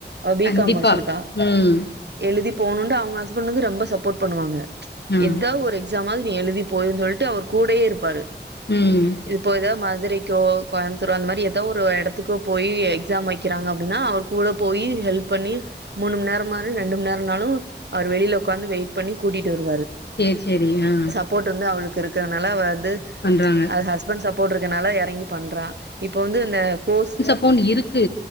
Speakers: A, on the right (about 70°); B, on the left (about 70°).
A: அவ பி
B: கண்டிப்பா.
A: காம் முடிச்சிருக்கா
B: ம்.
A: எழுதி போணுன்டு அவங்க ஹஸ்பண்ட் வந்து ரொம்ப சப்போர்ட் பண்ணுவாங்க
B: ம்.
A: எதாவ் ஒரு எக்ஸாம் நீ எழுதி போயிர்ன்னு சொல்ட்டு அவர் கூடயே இருப்பாரு
B: ம்
A: இப்போ எதாவ் மதுரைக்கோ கோயாமுத்தூர் அந்த மாரி எதாவ் ஒரு எடத்துக்கோ போய் எக்ஸாம் வைக்கிறாங்க அப்டின்னா அவர் கூட போய் ஹெல்ப் பண்ணி மூணு மண் நேரம் மார் ரெண்டு மண் நேரோனாலு அவர் வெளில உக்காந்து வெயிட் பண்ணி கூட்டிட்டு வருவாரு
B: சேர் செரி ஆ
A: ப்போர்ட் வந்து அவளுக்கு இருக்கறனால வந்து
B: பண்றாங்க
A: அது ஹஸ்பண்ட் சப்போர்ட் இருக்கனால எறங்கி பண்றா இப்போ வந்து இந்த கோர்ஸ்
B: ப்போனு இருக்கு